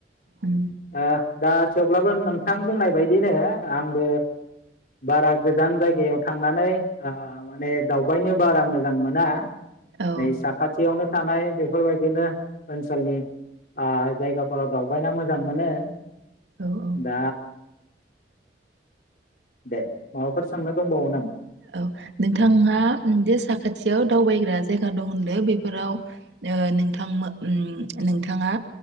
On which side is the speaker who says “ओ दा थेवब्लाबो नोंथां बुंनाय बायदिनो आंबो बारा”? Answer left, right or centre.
Left